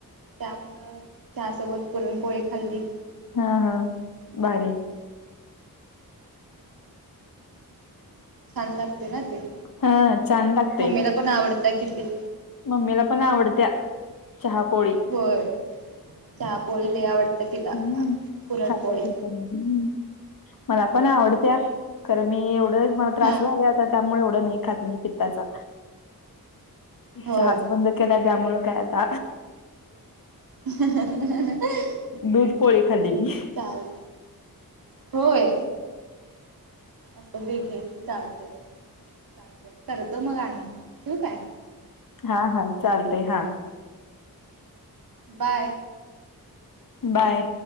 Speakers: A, on the right; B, on the left.
A: त्यामुळं चहा सोबत पुरणपोळी खाल्ली.
B: हा हा भारी.
A: छान लागते ना ते,
B: हा छान लागते
A: मम्मीला पण आवडतंय किती.
B: मम्मीला पण आवडत्या चहापोळी.
A: होय. चहा पोळी लई आवडत्या तिला
B: हम्म
A: पुरणपोळी.
B: खाते ती पण हम्म मला पण आवडत्या खरं मी एवढं मला त्रास
A: हा
B: व्हायले आता त्यामुळे एवढं नाही खात मी पित्ताचा.
A: होय
B: चहाचं बंद केलाय त्यामुळं काय आता?
A: <unintelligible>
B: दूध पोळी खाल्ली मी.
A: चाल होय? असू दे की चालतंय. चालतंय करतो मग आणि, ठेऊ काय?
B: हा हा चालतंय हा.
A: बाय.
B: बाय.